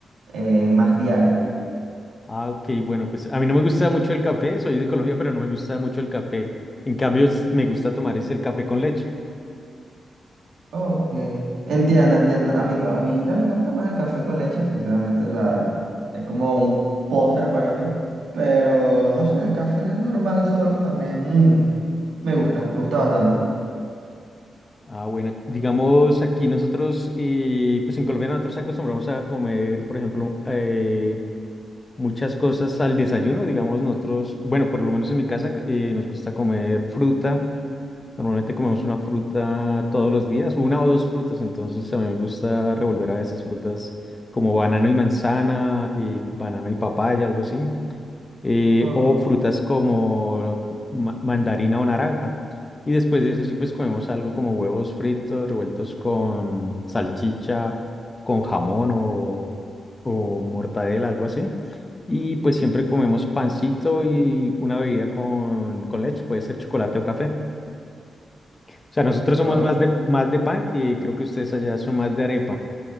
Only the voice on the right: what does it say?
eh, más diario.
Ok, entiendo, entiendo. A mí, a mí también me gusta más el café con leche, sinceramente, o sea, es como un postre para mí, pero no sé, el café normal solo también mm, me gusta, me gusta bastante.
Oh,
oh,